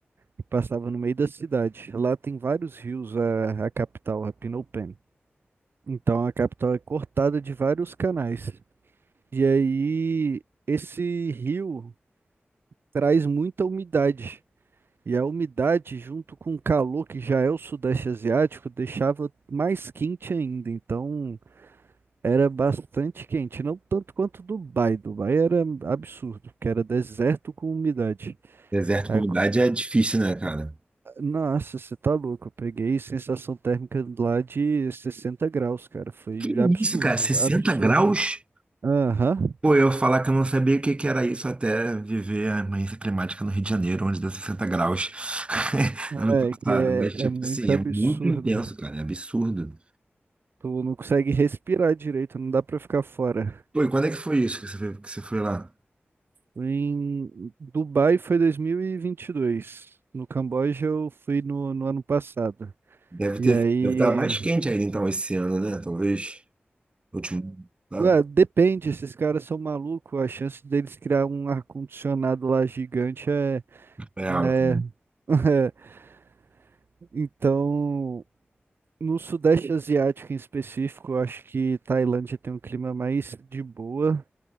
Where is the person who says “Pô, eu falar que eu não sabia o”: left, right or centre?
Right